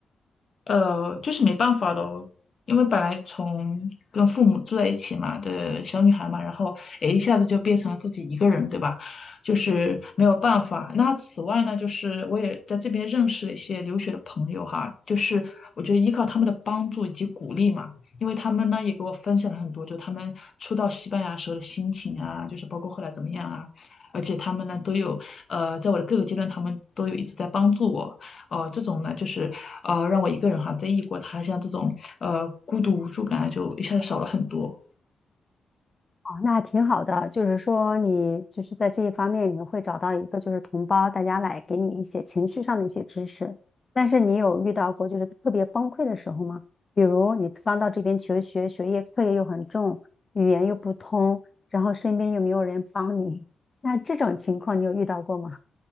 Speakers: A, on the left (about 45°); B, on the left (about 30°).
A: 呃，就是没办法咯，因为本来从跟父母住在一起嘛的小女孩嘛，然后诶一下子就变成了自己一个人，对吧？就是没有办法。那此外呢，就是我也在这边认识了一些留学的朋友哈，就是我觉得依靠他们的帮助以及鼓励嘛，因为他们呢也给我分享了很多，就他们初到西班牙时候的心情啊，就是包括后来怎么样啊，而且他们呢都有呃，在我的各个阶段，他们都有一直在帮助我。呃，这种呢，就是呃，让我一个人哈，在异国他乡这种呃孤独无助感啊，就一下子少了很多。
B: 哦，那挺好的，就是说你就是在这一方面，你会找到一个就是同胞，大家来给你一些情绪上的一些支持。但是你有遇到过就是特别崩溃的时候吗？比如你刚到这边求学，学业课业又很重，语言又不通，然后身边又没有人帮你，那这种情况你有遇到过吗？